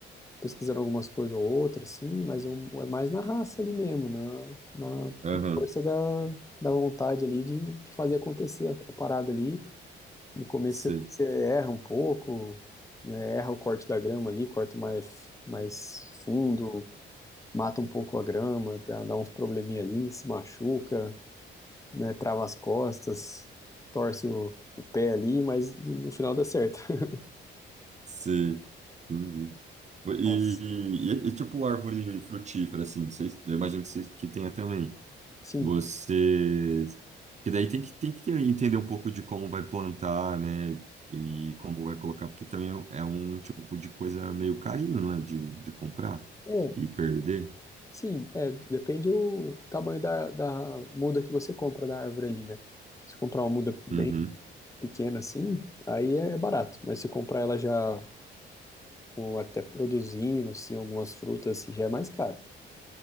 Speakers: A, on the left (about 15°); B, on the right (about 35°).
A: pesquisando algumas coisas ou outras, assim, mas eu, é mais na raça ali mesmo, na, na,
B: Aham,
A: na força da, da vontade ali de, de fazer acontecer a, a parada ali. No começo
B: sei,
A: você, você erra um pouco, né? Erra o corte da grama ali, corta mais, mais fundo, mata um pouco a grama, dá, dá uns probleminha ali, se machuca, né? Trava as costas, torce o, o pé ali, mas no final dá certo. <laughs>
B: sei. Entendi. E,
A: Nossa.
B: e- e, tipo árvore frutífera, assim, vocês, eu imagino que, vocês, que tenha também.
A: Sim,
B: Você. Que daí tem que, tem que ter- entender um pouco de como vai plantar, né? E como vai colocar, porque também é um tipo de coisa meio carinho, não é? De, de comprar
A: é,
B: e perder.
A: sim, é, depende o tamanho da, da muda que você compra da árvore ali, né? Se comprar uma muda bem
B: Uhum,
A: pequena assim, aí é barato, mas se comprar ela já ou até produzindo, assim, algumas frutas, assim, já é mais caro.